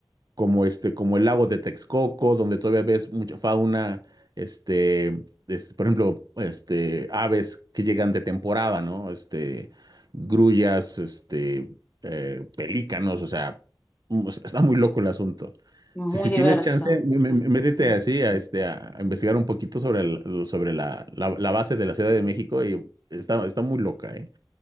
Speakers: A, on the right; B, on the left.
A: como este, como el lago de Texcoco, donde todavía ves mucha fauna, este, este, por ejemplo, este, aves que llegan de temporada, ¿no? Este, grullas, este, eh, pelícanos, o sea, mm, o sea, está muy loco el asunto.
B: Muy
A: Si, si
B: diverso.
A: tienes chance, m- m- métete
B: sí.
A: así a, este, a investigar un poquito sobre, el- sobre la, la- la base de la Ciudad de México y está, está muy loca, ¿eh?